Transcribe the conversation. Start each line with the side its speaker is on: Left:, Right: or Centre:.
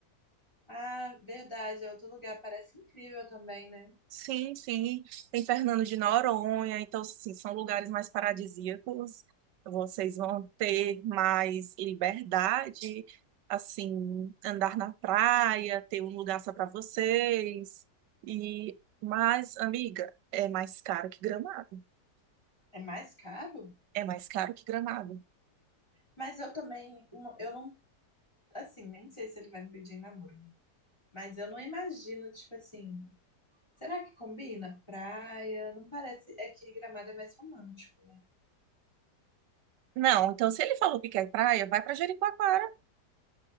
Left: Ah, verdade, é outro lugar. Parece incrível também, né?
Right: Sim, sim. Tem Fernando de Noronha, então, assim, são lugares mais paradisíacos. Vocês vão ter mais liberdade, assim, andar na praia, ter um lugar só para vocês. E, mas, amiga, é mais caro que Gramado.
Left: É mais caro?
Right: É mais caro que Gramado.
Left: Mas eu também, uma- eu não, assim, nem sei se ele vai me pedir em namoro, né? Mas eu não imagino, tipo assim, será que combina? Praia, não parece, é que Gramado é mais romântico, né?
Right: Não, então se ele falou que quer praia, vai para Jericoacoara.